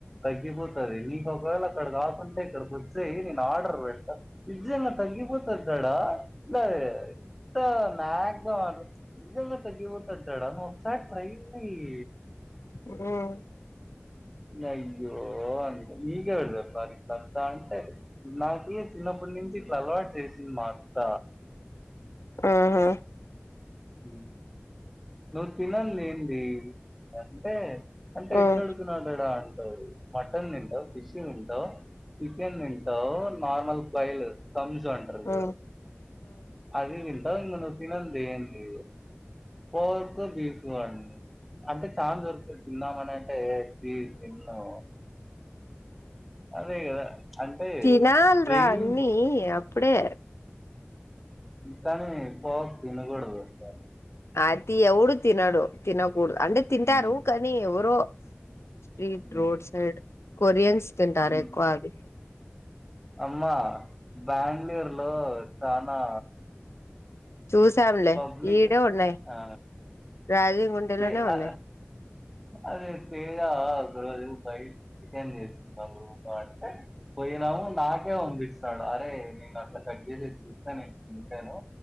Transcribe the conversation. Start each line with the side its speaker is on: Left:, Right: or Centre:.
Centre: తగ్గిపోతది నీకు ఒకవేళ అక్కడ కాకుంటే ఇక్కడ కొచ్చయ్ నన్ ఆర్డర్ వెడ్త విజంగా తగిపోతది దాడా దే ఇంత నాగ్ గా మాట్లాడ్ నిజం గా తగిపోతది డడ ఒకసారి ట్రై చెయ్
Left: ఉమ్ ఉహు
Centre: అయ్యో అని నీకు ఎవరు చెప్పాలి ట్లాంటంటే అంటే నాకి చిన్నప్పటి నుంచి ఇట్ల అలవాటు చేసింది మా అత్త
Left: ఊహు
Centre: ఊ నువ్ తినంది ఏంది అంటే అంటే
Left: ఉమ్
Centre: ఎట్లా అడుగుతున్నావ్ డ డా అంటది మటన్ దింటావ్ ఫిష్ దింటావ్ చికెన్ దింటావ్ నర్మల్ ప్రైజ్ తంజ్ అంటరు చూడు
Left: ఉమ్
Centre: అది తిన్ నువ్ తినంది ఏంటి ఫోర్ కు బీచ్ <unintelligible> అంటే చానా దొరుకుతది తిందామని అంటే ఏట్ బీచ్ తినను అదే కదా అంటే
Left: తినాల్రా
Centre: రెయిన్
Left: అన్నీ అప్పుడే
Centre: దానీ పోచ్ తినకూడదు <unintelligible>
Left: అతి ఎవడు తినడు తినకూడదు అంటే తింటారు
Centre: హ్మ్
Left: కానీ ఎవరో స్ట్రీట్
Centre: హ్మ్
Left: రోడ్ సైడ్ కొరియన్స్ తింటారు
Centre: హ్మ్
Left: ఎక్కువది
Centre: అమ్మా దండేరులో చానా
Left: చూసామ్లె
Centre: పబ్లిక్
Left: ఈడే ఉన్నాయ్
Centre: ఆ
Left: రాజీ గుండెలోనే
Centre: పే
Left: ఉన్నాయ్
Centre: అ అదే ఫిగా ఒక రోజు ఫై చికెన్ చేసుకుంటారు ఫ అంటే పోయినాము నాకే పంపిస్తాడు అరే నేను అట్లా దగ్గర నుంచి చూస్తే నేను <unintelligible>